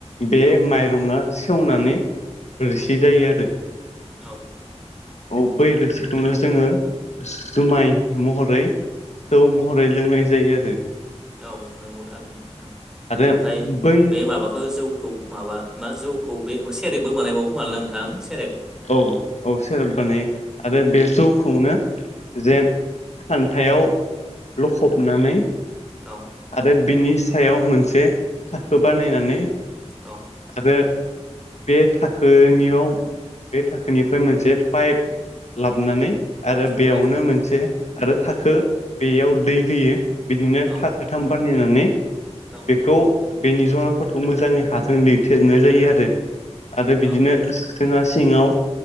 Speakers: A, on the left; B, in the centre.
A: बे
B: औ
A: माय रङा सेवनानै रोसि
B: औ
A: जायो आरो।
B: औ
A: औ बै रोसिखौनो जोङो जुमाय महरै जौ महरै लोंनाय जायो आरो।
B: औ नंगौ थारैनो नोंथां
A: आरो
B: ओमफ्राय
A: बै
B: बे माबाखौ जौ खौ माबा मा जौखौ बे सेरेब बो बानायबावो खोमालै ना नोंथां सेरेब?
A: औ औ सेरेब बानायो आरो बे जौखौनो
B: औ
A: जे खान्थायाव
B: औ
A: लखबनानै
B: औ
A: आरो बिनि सायाव मोनसे थाखो बानायनानै
B: औ।
A: आरो बे थाखोनियाव बे थाखोनिफ्राय मोनसे पाइप लाबनानै आरो बेयावनो
B: औ
A: मोनसे आरो थाखो बेयाव दै होयो, बिदिनो
B: औ
A: थाखोथाम बानायनानै
B: औ।
A: खौ बेनि जराफोरखौ मोजाङै हाजों लिरथेजोबनाय जायो आरो आरो
B: औ
A: बिदिनो जोंहा सिङाव